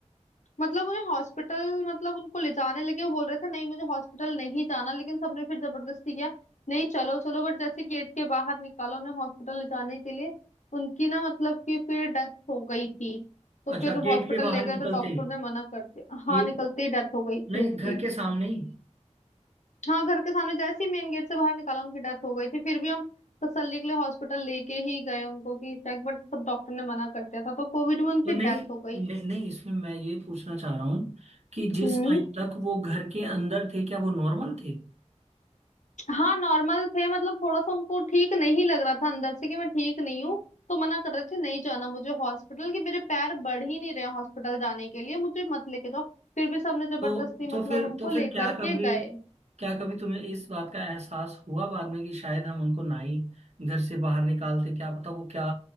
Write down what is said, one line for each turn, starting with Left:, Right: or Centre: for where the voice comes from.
Left: मतलब उन्हें हॉस्पिटल मतलब उनको ले जाने लगे वो बोल रहे थे नहीं मुझे हॉस्पिटल नहीं जाना लेकिन सबने फिर जबरदस्ती किया नहीं चलो चलो बट जैसे गेट के बाहर निकाला उन्हें हॉस्पिटल ले जाने के लिए उनकी ना मतलब कि फिर डेथ हो गई थी तो
Right: अच्छा
Left: फिर
Right: गेट
Left: हॉस्पिटल
Right: के बाहर
Left: ले गए
Right: निकलते
Left: तो डॉक्टर
Right: ही
Left: ने मना कर दिया हाँ
Right: गेट
Left: निकलते ही डेथ हो गई थी
Right: नहीं
Left: उनकी
Right: घर के सामने ही
Left: हाँ घर के सामने जैसे ही मेन गेट से बाहर निकाला उनकी डेथ हो गई थी फिर भी हम तसल्ली के लिए हॉस्पिटल लेके ही गए उनको कि चेक बट सब डॉक्टर ने मना कर दिया था तो कोविड में उनकी
Right: तो नहीं
Left: डेथ हो गई
Right: नहीं नहीं, इसमें मैं ये पूछना चाह रहा हूँ कि जिस
Left: हम्म
Right: टाइम तक वो घर के अंदर थे क्या वो नॉर्मल थे
Left: हाँ नॉर्मल थे मतलब थोड़ा सा उनको ठीक नहीं लग रहा था अंदर से कि मैं ठीक नहीं हूँ तो मना कर रहे थे नहीं जाना मुझे हॉस्पिटल कि मेरे पैर बढ़ ही नहीं रहे हॉस्पिटल जाने के लिए मुझे मत लेके जाओ फिर भी सबने जबरदस्ती
Right: तो
Left: मतलब
Right: तो फिर
Left: उनको
Right: तो फिर
Left: लेकर
Right: क्या
Left: के
Right: कभी
Left: गए
Right: क्या कभी तुम्हें इस बात का एहसास हुआ बाद में कि शायद हम उनको ना ही घर से बाहर निकालते क्या पता वो क्या